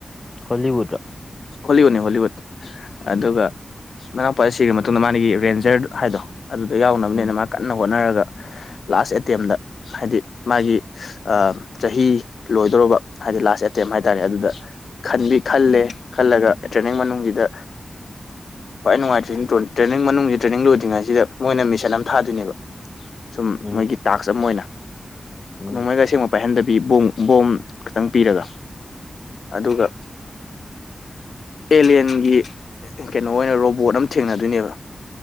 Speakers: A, on the left; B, on the left.
A: ꯍꯣꯂꯤꯋꯨꯠꯔ
B: ꯍꯣꯂꯤꯋꯨꯠꯅꯤ ꯍꯣꯂꯤꯋꯨꯠ
A: ꯎꯝ
B: ꯑꯗꯨꯒ ꯃꯅꯥꯎꯄꯥ ꯁꯤꯈ ꯃꯇꯨꯡꯗ ꯃꯥꯅ ꯔꯦꯟꯖꯔ ꯍꯥꯏꯗꯣ ꯑꯗꯨꯗ ꯌꯥꯎꯅꯕꯅꯦꯅ
A: ꯎꯝ
B: ꯃꯥ ꯀꯟꯅ ꯍꯣꯠꯅꯔꯒ ꯂꯥꯁ ꯑꯦꯇꯦꯝꯗ ꯍꯥꯏꯗꯤ ꯃꯥꯒꯤ ꯑ ꯆꯍꯤ ꯂꯣꯏꯗꯧꯔꯕ ꯍꯥꯏꯗꯤ ꯂꯥꯁ ꯑꯦꯇꯦꯝ ꯍꯥꯏ ꯇꯥꯔꯦ ꯑꯗꯨꯗ ꯈꯟꯗꯤ ꯈꯜꯂꯦ ꯈꯜꯂꯒ ꯇ꯭ꯔꯦꯅꯤꯡ ꯃꯅꯨꯡꯁꯤꯗ ꯈ꯭ꯋꯥꯏ ꯅꯨꯡꯉꯥꯏꯇ꯭ꯔꯤꯅ ꯇ꯭ꯔꯦꯅꯤꯡ ꯃꯅꯨꯡꯁꯤ ꯇ꯭ꯔꯦꯅꯤꯡ ꯂꯣꯏꯗ꯭ꯔꯤꯉꯩꯁꯤꯗ ꯃꯣꯏꯅ ꯃꯤꯁꯟ ꯑꯃ ꯊꯥꯗꯣꯏꯅꯦꯕ ꯁꯨꯝ
A: ꯎꯝ
B: ꯃꯣꯏꯒꯤ ꯇꯥꯛꯁ ꯑꯃ ꯑꯣꯏꯅ
A: ꯎꯝ
B: ꯅꯣꯡꯃꯩꯒ ꯑꯁꯦꯡꯕ ꯄꯥꯏꯍꯟꯗꯕꯤ ꯕꯣꯝ ꯕꯣꯝ ꯈꯛꯇꯪ ꯄꯤꯔꯒ ꯑꯗꯨꯒ ꯑꯦꯂꯦꯟꯒꯤ ꯀꯩꯅꯣ ꯑꯣꯏꯅ ꯔꯣꯕꯣꯠ ꯑꯃ ꯊꯦꯡꯅꯗꯣꯏꯅꯦꯕ